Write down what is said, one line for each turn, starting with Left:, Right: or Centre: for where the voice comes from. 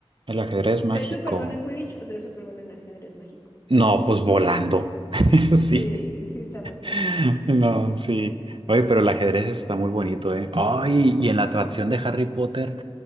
Right: El ajedrez mágico.
Left: ¿Ser súper bueno en Quidditch o ser súper bueno en ajedrez mágico?
Right: No, pues volando. <laughs> Sí.
Left: Sí, sí está más padre.
Right: <laughs> No, sí. Oye, pero el ajedrez está muy bonito, ¿eh? Ay, y en la atracción de Harry Potter